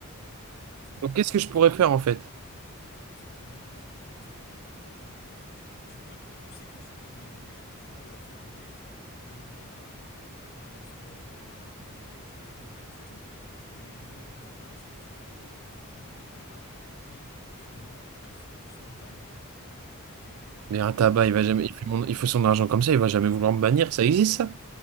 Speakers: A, on the left; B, on the right.
A: Sauf que,
B: Donc, qu'est-ce que
A: est-ce
B: je
A: que
B: pourrais faire en fait?
A: Tout simplement, tu coupes tout avec les paris sportifs. Tu peux, tu sais que tu peux demander, tu peux euh, faire une lettre, demander à, à Paris en Sport ou à n'importe quel, tu, tu contactes toutes les agences de paris sportifs en ligne ou dans les tabacs et tu demandes à ce que tu sois banni. OK?
B: Mais un tabac, il va jamais,
A: Là,
B: il fait mon- il faut son argent comme ça, il va jamais vouloir me bannir. Ça existe, ça?